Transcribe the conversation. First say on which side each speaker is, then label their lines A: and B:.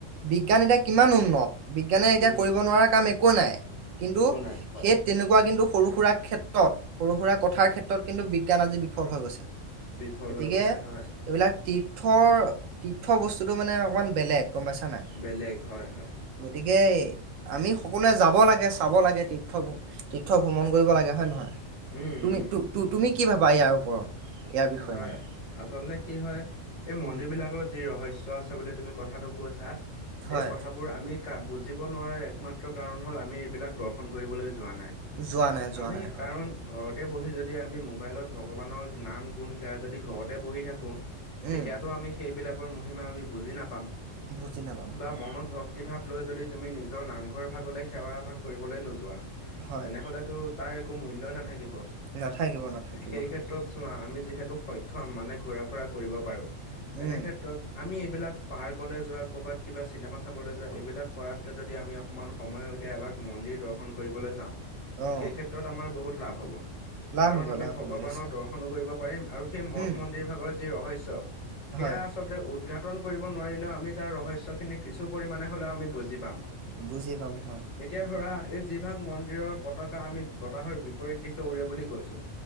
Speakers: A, on the right (about 85°); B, on the left (about 65°).
A: বিজ্ঞান এতিয়া কিমান উন্নত বিজ্ঞানে এতিয়া
B: উম
A: কৰিব নোৱাৰা কাম একো নাই কিন্তু
B: একো নাই হয়
A: সেই তেনেকোৱা কিন্তু সৰু সুৰা ক্ষেত্ৰত সৰু সুৰা কথাৰ ক্ষেত্ৰত কিন্তু বিজ্ঞান আজি বিফল হৈ গৈছে।
B: বিফল
A: গতিকে
B: হৈ গৈছে হয়।
A: এইবিলাক তীৰ্থৰ তীৰ্থ বস্তুটো মানে অকণমান বেলেগ গম পাইছা নাই।
B: বেলেগ হয়-হয়।
A: গতিকে আমি সকলোৱে যাব লাগে চাব লাগে তীৰ্থ তীৰ্থ ভ্ৰমণ কৰিব লাগে হয় নহয়
B: উম
A: তুমি
B: উম
A: তু তু তুমি কি ভাবা ইয়াৰ ওপৰত ইয়াৰ বিষয়ে
B: হয়
A: মানে?
B: আচলতে কি হয় এই মন্দিৰ
A: উম।
B: বিলাকৰ যি ৰহস্য আছে এতিয়া বোলে তুমি কথাটো কৈছা,
A: হয়
B: এই কথাবোৰ আমি কা বুজিব নোৱাৰাৰ একমাত্ৰ কাৰণ হ'ল আমি এইবিলাক দৰ্শন কৰিবলৈ যোৱা নাই।
A: যোৱা নাই যোৱা
B: আমি
A: নাই হয়
B: কাৰণ ঘৰতে বহি যদি আমি মোবাইলত ভগৱানৰ নাম, গুণ গাই যদি ঘৰতে বহি থাকোঁ, তেতিয়াতো
A: উম
B: আমি সেইবিলাকৰ মহিমা আমি বুজি নাপাম।
A: বুজি নাপাম
B: বা
A: হয়
B: মনত ভক্তি ভক্তি ভাৱ লৈ যদি তুমি নিজৰ নামঘৰ এভাগলৈ সেৱা এভাগ কৰিবলৈ নোযোৱা
A: হয়
B: তেনেহ'লে টো তাৰ একো মূল্যই নাথাকিব।
A: নাথাকিব নাথাকিব
B: সেই
A: হয়
B: ক্ষেত্ৰত চোৱা আমি যিহেতু সক্ষম মানে ঘূৰা ফুৰা কৰিব পাৰোঁ তেনে
A: উম
B: ক্ষেত্ৰত আমি এইবিলাক পাৰ্কলৈ যোৱা, কৰ'বাত কিবা চিনেমা চাবলৈ যোৱা এইবিলাক কৰাতকে যদি আমি অকমান সময় উলিয়াই এভাগ মন্দিৰ দৰ্শন কৰিবলৈ যাওঁ
A: অ
B: সেই ক্ষেত্ৰত আমাৰ বহুত লাভ হ'ব।
A: লাভ
B: কাৰণ
A: হ'ব
B: আমি
A: লাভ
B: ভগৱানৰ
A: হ'ব নিশ্চয়
B: দৰ্শনো কৰিব পাৰিম আৰু সেই মঠ-মন্দিৰ
A: উম
B: ভাগৰ যি ৰহস্য সেয়া
A: হয়
B: আচলতে উৎঘাটন কৰিব নোৱাৰিলেও আমি তাৰ ৰহস্যখিনি কিছু পৰিমাণে হ'লেও আমি বুজি পাম।
A: বুজি পাম হয়।
B: এতিয়া ধৰা এই যিভাগ মন্দিৰৰ পতাকা আমি বতাহৰ বিপৰীত দিশে উৰে বুলি কৈছোঁ